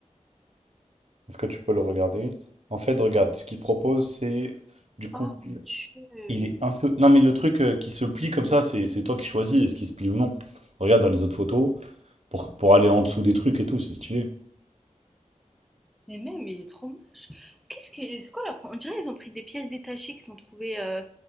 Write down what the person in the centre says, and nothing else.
Ah mon Dieu.
Mais même, il est trop moche. Qu'est-ce que c'est quoi leur... On dirait qu'ils ont pris des pièces détachées qui sont trouvées euh,